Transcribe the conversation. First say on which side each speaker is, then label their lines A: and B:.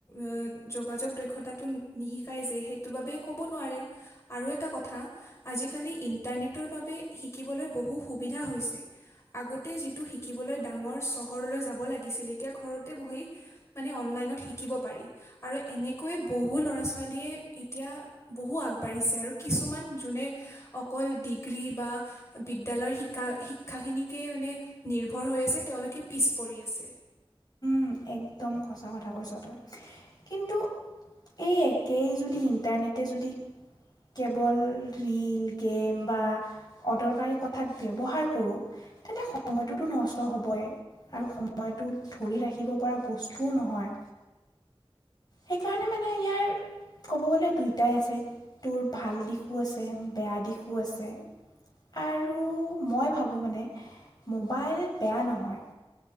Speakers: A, on the left; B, on the left.
A: আহ যোগাযোগ দক্ষতাটো নিশিকাই যে সেইটো বাবেই ক'ব নোৱাৰে আৰু এটা কথা আজিকালি ইণ্টাৰনেটৰ বাবে শিকিবলৈ বহু সুবিধা হৈছে আগতে যিটো শিকিবলৈ ডাঙৰ চহৰলৈ যাব লাগিছিল। এতিয়া ঘৰতে বহি মানে অনলাইনত শিকিব পাৰি আৰু এনেকৈয়ে বহু ল'ৰা ছোৱালীয়ে এতিয়া বহু আগবাঢ়িছে আৰু কিছুমান যোনে অকল ডিগ্ৰী বা বিদ্যালয়ৰ শিকা শিক্ষাখিনিকে মানে নিৰ্ভৰ হৈ আছে তেওঁলোকে পিছ পৰি আছে
B: উম একদম সচা কথা কৈছ তই কিন্তু এই একেই যদি ইণ্টাৰনেটে যদি কেৱল ৰিল গেম বা অদৰকাৰী কথাত ব্যৱহাৰ কৰোঁ তেন্তে সময়টোতো নষ্ট হ'বই আৰু সময়টো ধৰি ৰাখিব পৰা বস্তু নহয় সেইকাৰণে মানে ইয়াৰ ক'ব গ'লে দুয়োটাই আছে তোৰ ভাল দিশো আছে বেয়া দিশো আছে আৰু মই ভাবোঁ মানে মোবাইল বেয়া নহয়